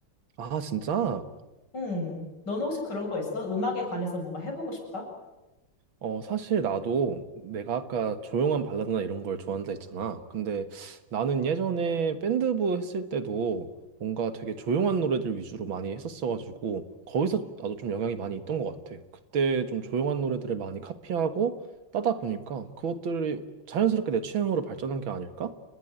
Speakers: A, on the right (about 85°); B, on the left (about 60°).
A: 아 진짜?
B: 응. 너는 혹시 그런 거 있어? 음악에 관해서 뭔가 해보고 싶다?
A: 어, 사실 나도 내가 아까 조용한 발라드나 이런 걸 좋아한다 했잖아. 근데 나는 예전에 밴드부 했을 때도 뭔가 되게 조용한 노래들 위주로 많이 했었어가지고 거기서 나도 좀 영향이 많이 있던 것 같아. 그때 좀 조용한 노래들을 많이 카피하고 따다 보니까 그것들이 자연스럽게 내 취향으로 발전한 게 아닐까?